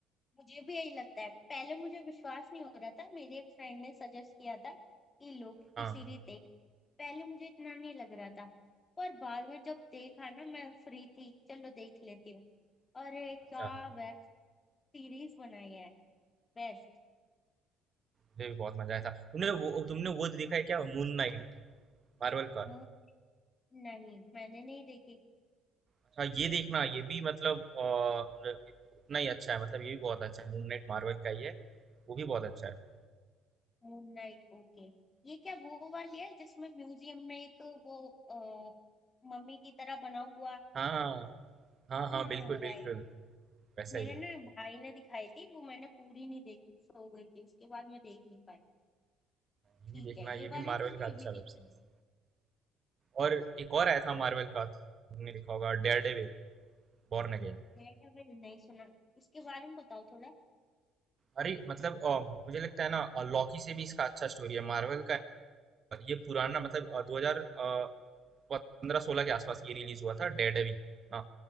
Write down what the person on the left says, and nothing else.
मुझे भी यही लगता है पहले मुझे विश्वास नहीं हो रहा था मेरी एक फ्रेंड ने सजेस्ट किया था कि लोकी
सीरीज देख पहले मुझे इतना नहीं लग रहा था पर बाद में जब देखा ना मैं फ्री थी चलो देख लेती हूँ अरे क्या
वेब सीरीज बनाई है बेस्ट
मून नहीं मैंने नहीं देखी
Moon Knight okay ये क्या वो वाली है जिसमें म्यूजियम में एक वो अ, मम्मी की तरह बना हुआ
हाँ
right।
मेरे
ना भाई ने दिखाई थी वो मैंने पूरी नहीं देखी सो गई थी उसके बाद मैं देख नहीं पाई
ठीक
है ये
वाली
तो मैं
अभी देखूंगी
डेयरडेविल नहीं सुना इसके बारे में बताओ थोड़ा